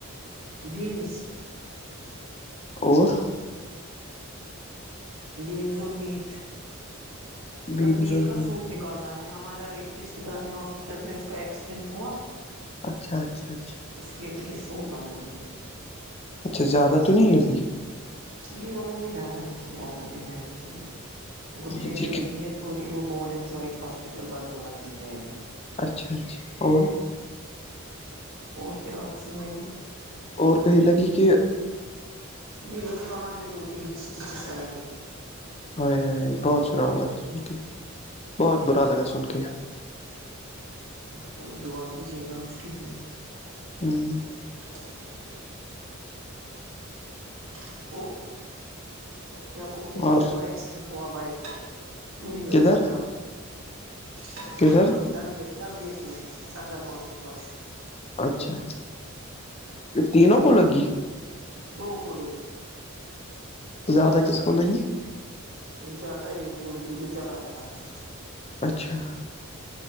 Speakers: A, on the right (about 85°); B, on the left (about 30°).
A: بینس
B: اور
A: بینز اور میٹ مگر
B: بینز
A: میٹ
B: اور
A: کا
B: نہیں
A: سوپ ن نکالنا ہے ہمارا ایک رشتے دار ہے ہاسپٹل میں اس کا ایکسیڈینٹ ہوا
B: اچھا اچھا اچھا
A: اس کے لیے سو بنانا ہے
B: اچھا زیادہ تو نہیں لگی
A: جی اللہ نے رحم کیا اسی
B: جی جی
A: لیے تھوڑی وہو bone and joint hospital Barzulla میں ہے ایڈمٹ
B: اچھا اچھا اور
A: اور کیا آپشن ہوئیے
B: اور کہی لگی کہ
A: یہ پان میں دو تین سٹی سےز آئی
B: ہاں ہاں بہت سرا ہوا سن کے بہت برا لگا سن کے
A: چلو دعا کیجیے گا اس کے لیے
B: ہاں
A: <inaudible> اس کو کیا بولتے ہیں اس
B: اور
A: کو ایکسیڈنٹ ہوا بائک پہ تین لوڑکک
B: کدھر
A: ادھر
B: کدھر
A: ڈل گیٹ ڈل گیٹ میں سنگر مال کے پاس
B: اچھا تینوں کو لگی
A: دو کلے کیی
B: زیادہ کسکول رہی ہے
A: زیادہ ایک کو لڑکی تو چلا رہا تھا
B: اچھا